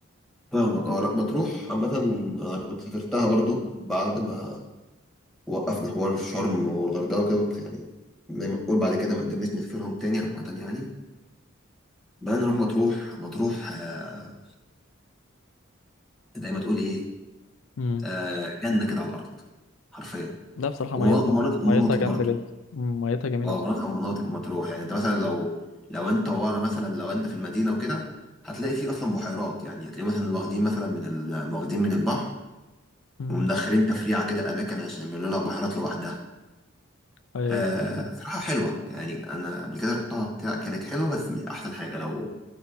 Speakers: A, in the centre; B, on the left.
A: فاهمك اه لا مطروح عامة أنا كنت سافرتها برضو بعد ما وقفنا حوار الشرم والغردقة وكده وت- يعني زي ما تقول بعد كده ما قدرناش نسافرهم تاني عامة يعني بقى نروح مطروح مطروح آه، زي ما تقول إيه
B: مم.
A: آه، جنة كده على الأرض حرفيا
B: لا بصراحة
A: ومناطق
B: ميتها ميتها
A: ومناطق
B: جامدة
A: برضو
B: جدا مم، ميتها جميلة
A: اه
B: بصراحة
A: مناطق ومناطق مطروح يعني انت مثلا لو لو انت ورا مثلا لو انت في المدينه وكده هتلاقي فيه اصلا بحيرات يعني هتلاقي مثلا واخدين مثلا من ال... واخدين من البحر
B: مم.
A: ومدخلين تفريعه كده الاماكن عشان يعملوا لها بحيرات لوحدها
B: أيوه
A: آه صراحه حلوه يعني انا قبل كده رحتها بتاع كانت حلوه بس مش احسن حاجه لو